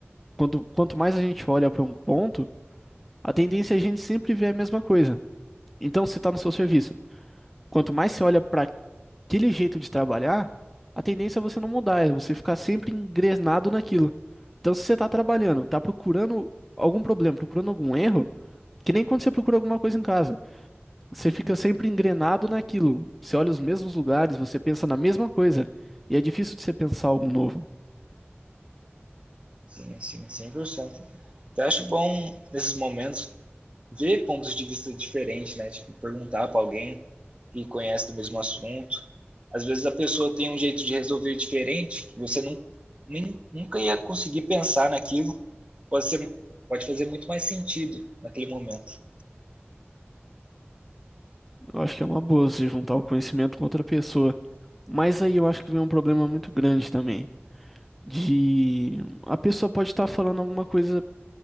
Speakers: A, in the centre; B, on the right (about 25°).
A: Quando, quanto mais a gente olha para um ponto, a tendência é a gente sempre ver a mesma coisa. Então, se está no seu serviço, quanto mais você olha para aquele jeito de trabalhar, a tendência é você não mudar, é você ficar sempre engrenado naquilo. Então, se você está trabalhando, está procurando algum problema, procurando algum erro, que nem quando você procura alguma coisa em casa, você fica sempre engrenado naquilo. Você olha os mesmos lugares, você pensa na mesma coisa, e é difícil de você pensar algo novo.
B: Sim, sim, 100%. Então, eu acho bom, nesses momentos, ver pontos de vista diferentes, né? Tipo, perguntar para alguém que conhece do mesmo assunto. Às vezes a pessoa tem um jeito de resolver diferente, que você não, nem, nunca ia conseguir pensar naquilo. Pode ser, pode fazer muito mais sentido naquele momento.
A: Eu acho que é uma boa você juntar o conhecimento com outra pessoa. Mas aí eu acho que vem um problema muito grande também. De a pessoa pode estar falando alguma coisa